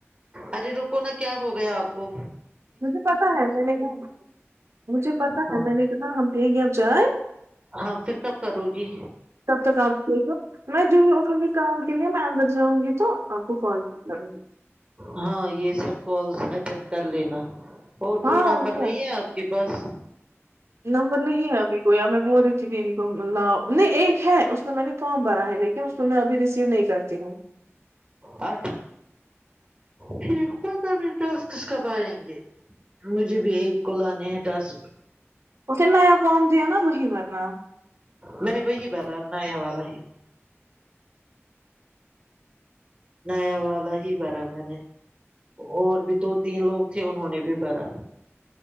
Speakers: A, on the right; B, on the right.
A: ارے رکو نا کیا ہو گیا آپ کوہ
B: مجھے پتا ہے میں نے کہا مجھے پتا
A: ہاں
B: ہے میں نے کہہا ہم پینگے اب چاے
A: ہاں پھر کب کرو گی
B: تپ تک آپ بیھجو میں جو ہےافس میں کام کے لیے میں اندر جاؤں گی تو آپ کو فالو بھی کروں گی
A: ہاں یہ سب کالس اٹینڈ کر لینا اور
B: ہاں
A: کوئی نمبر
B: کیا
A: نہیں ہے آپ کے پاس
B: نمبر نہیں ابھی کوئی یاں میں بول رہی تھی <unintelligible> نہیں ایک ہے اس میں میں نے فارم بھرا ہے لیکن تو میں ابھی ریسیو نہیں کرتی ہوں
A: اور ٹھیک بات ابھی ٹاسکس کب آئیں گے مجھے بھی یہی کو لانے ہے ٹاسک
B: اسے نیا فارم دیا نا وہی برنا اب
A: میں نے وہی بھرا نیا والا ہی نیا والا ہی بھرا میں نے اور بھی دو تین لوگ تھے انہوں نے بھی بھرا